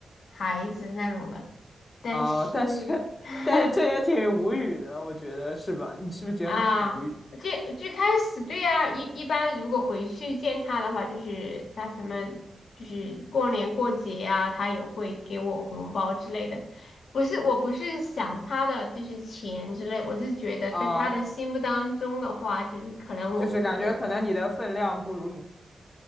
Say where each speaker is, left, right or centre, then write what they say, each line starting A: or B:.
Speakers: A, on the left; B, on the left.
A: 孩子那种的，但是
B: 啊、但是 <laughs>
A: <laughs>
B: 但是这也挺无语的，我觉得是吧？你是不是觉得很很无语
A: 啊，最最开始对啊，一一般如果回去见他的话，就是他什么就是过年过节呀、他也会给我红包之类的。不是，我不是想他的就是钱之类，我是觉得在他的心目当中的话，
B: 啊、
A: 就是可能我哥哥。
B: 就是感觉可能你的分量不如你